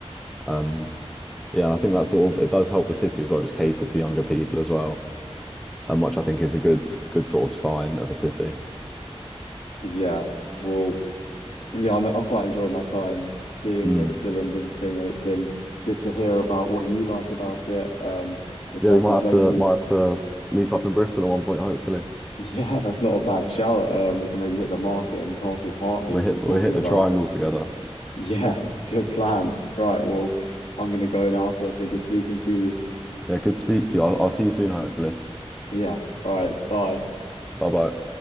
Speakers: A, in the centre; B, on the left.
A: Um, yeah, and I think that sort of it does help the city as well, just cater to younger people as well, um, which I think is a good good sort of sign of a city.
B: yeah. Well, yeah, I'm I'm quite enjoying my time seeing
A: Mm.
B: Bristol and visiting, and it's been good to hear about what you like about it. Um, the certain
A: Yeah, we might
B: places.
A: have to might have to
B: <laughs>
A: meet up in Bristol at one point, hopefully.
B: Yeah, that's not a bad shout. Um, we can maybe hit the market and Castle Park that
A: we
B: you've
A: hit
B: been talking
A: we hit the
B: about.
A: triangle
B: <laughs>
A: together.
B: Yeah, good plan. Right, well, I'm gonna go now, so it's been good speaking to you.
A: Yeah, good to speak to you. I'll, I'll see you soon, hopefully.
B: Yeah, right, bye.
A: Bye bye.